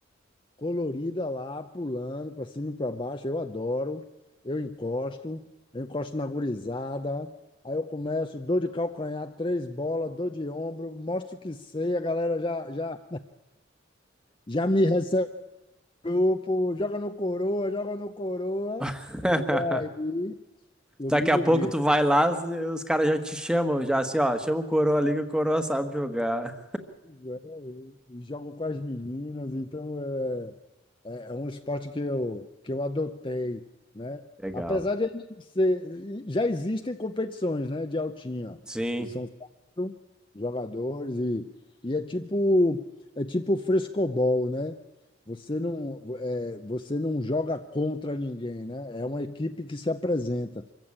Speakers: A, on the left (about 25°); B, in the centre.
A: colorida lá, pulando para cima e para baixo. Eu adoro. Eu encosto, eu encosto na gurizada. Aí eu começo, dor de calcanhar, três bolas, dor de ombro, mostro que sei, a galera já já já me recebe no grupo, joga no coroa, joga no coroa.
B: <laughs>
A: E aí eu
B: Daqui
A: me
B: a
A: divirto,
B: pouco tu vai lá, os, os caras já te chamam, já assim, ó, chama o Coroa ali que o Coroa sabe jogar.
A: né? E jogo com as meninas, então é É é um esporte que eu, que eu adotei, né?
B: Legal.
A: Apesar de ele ser, já existem competições, né, de altinha.
B: Sim.
A: São quatro jogadores e, e é tipo é tipo frescobol, né? Você não é, você não joga contra ninguém, né? É uma equipe que se apresenta.